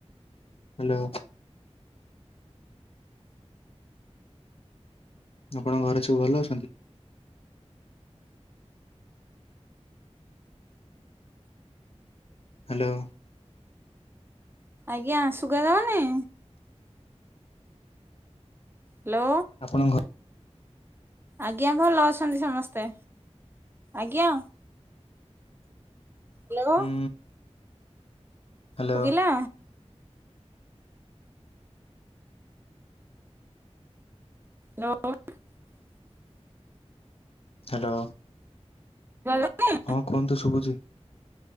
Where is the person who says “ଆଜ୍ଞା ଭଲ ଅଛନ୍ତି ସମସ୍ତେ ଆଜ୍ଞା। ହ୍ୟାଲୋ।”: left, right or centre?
Right